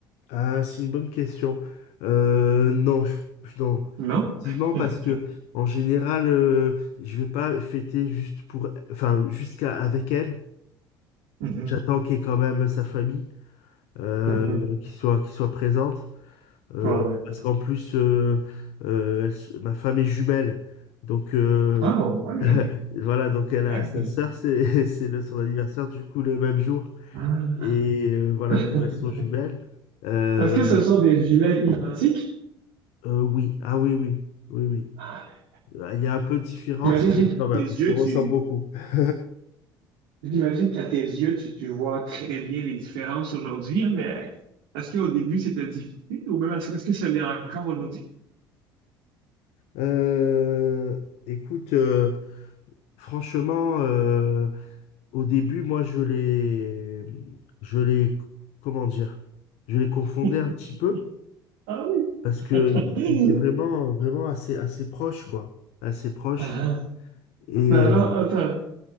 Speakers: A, on the left; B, on the right.
A: Ah, c'est une bonne question. Euh, non, je, je- non,
B: Non?
A: effectivement,
B: <laughs>
A: parce que en général, euh, je vais pas fêter juste pour, enfin, jusqu'à avec elle.
B: Mhm.
A: J'attends qu'il y ait quand même sa famille, euh,
B: Mhm.
A: qui soit, qui soit présente. Euh,
B: Ouais, ouais.
A: parce qu'en plus, euh, euh, elle se- ma femme est jumelle. Donc, euh,
B: Ah ouais.
A: <laughs> voilà, donc elle
B: <laughs>
A: a sa sœur, c'est <laughs> c'est le- son anniversaire, du coup, le même jour.
B: Ah.
A: Et euh, voilà,
B: Est-ce
A: comme elles sont jumelles. euh,
B: que ce sont des jumelles identiques?
A: euh, oui, ah oui, oui, oui, oui.
B: Ah,
A: Ah, Il y a un peu de différence,
B: J'imagine
A: mais
B: qu'à
A: quand même,
B: tes yeux,
A: ils se ressemblent
B: tu,
A: beaucoup. <laughs>
B: j'imagine qu'à tes yeux, tu, tu vois très bien les différences aujourd'hui, hein, mais est-ce qu'au début, c'était difficile ou même est-ce, est-ce que ça l'est encore aujourd'hui?
A: Euh, écoute, euh, franchement, euh, Au début, moi, je les, je les, comment dire, je les confondais
B: <laughs>
A: un petit peu
B: Ah oui!
A: parce
B: <laughs>
A: que ils étaient vraiment, vraiment assez, assez proches, quoi, assez proches.
B: Ah, ah.
A: Et
B: mais alors,
A: euh,
B: attends.